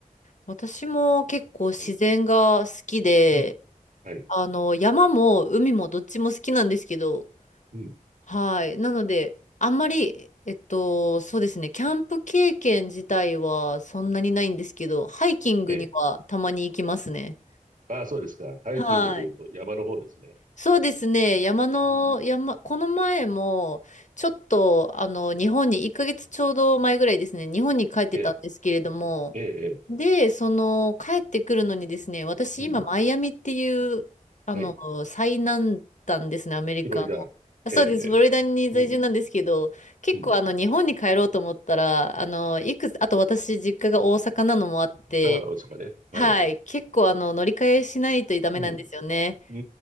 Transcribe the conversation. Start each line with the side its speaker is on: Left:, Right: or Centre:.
Left: 私も結構自然が好きで、
Right: はい。うん。はい。
Left: あの、山も海もどっちも好きなんですけど、
Right: うん。
Left: はい。なので、あんまり、えっと、そうですね、キャンプ経験自体はそんなにないんですけど、ハイキングにはたまに行きますね。
Right: ええ。ああ、そうですか。ハイキングというと山の方ですね。
Left: はい。そうですね。山の、
Right: うん。
Left: 山、この前も、ちょっと、あの、日本に、1ヶ月ちょうど前ぐらいですね、日本に帰ってたんですけれども、
Right: ええ。ええ。
Left: で、その、帰ってくるのにですね、私、
Right: ええうん。
Left: 今、マイアミっていう、あの、
Right: はい。
Left: 最南端ですね、アメリカの。
Right: フロリダ。
Left: あそうです、
Right: ええ。ええ
Left: フロリダに在住なんですけど、
Right: うん。
Left: 結構、
Right: うん。
Left: あの、日本に帰ろうと思ったら、あの、いくつ、あと私、実家が大阪なのもあって、
Right: ああ、そうかね。
Left: はい、
Right: はい。
Left: 結構、あの、乗り換えしないとダメなんですよね。
Right: うん。うん。う